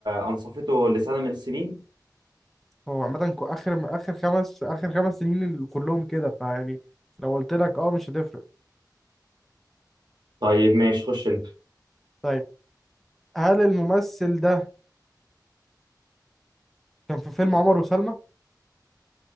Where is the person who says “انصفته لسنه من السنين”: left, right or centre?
Right